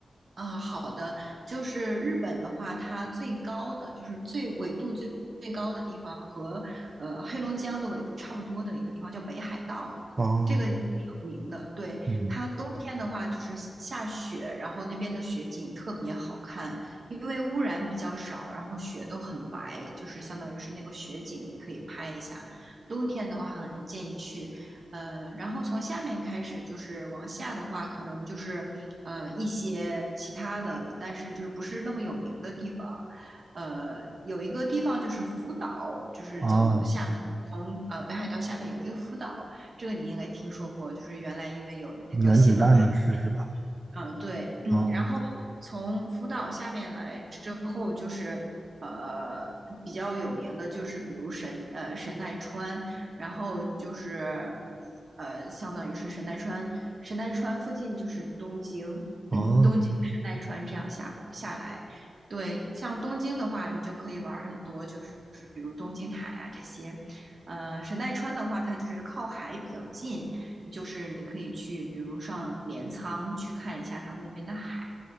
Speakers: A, on the right; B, on the right.
A: 啊。好的，就是日本的话，它最高的就是最纬度最最高的地方和呃黑龙江的纬度差不多的一个地方叫北海道，
B: 哦，
A: 这个挺有名的。对，
B: 嗯，
A: 它冬天的话就是下雪，然后那边的雪景特别好看，因为污染比较少，然后雪都很白，就是相当于是那个雪景，你可以拍一下。冬天的话，很建议去呃，然后从下面开始就是往下的话，可能就是呃一些其他的，但是就是不是那么有名的地方。呃，有一个地方就是福岛，就是从下面从呃北海道下面有一个福岛，
B: 啊，
A: 这个你应该听说过，就是原来因为有那个泄漏水
B: 原子弹的事是吧？
A: 嗯，对，嗯，
B: 哦
A: 然后从福岛下面来之后，就是呃比较有名的，就是比如神呃神奈川，然后就是呃相当于是神奈川，神奈川附近就是东京，<clears throat>
B: 哦
A: 嗯，东京神奈川这样下过下来，对，像东京的话，你就可以玩儿很多，就是比如东京塔呀、这些，呃，神奈川的话，它就是靠海比较近，就是你可以去，比如上镰仓去看一下他们那边的海。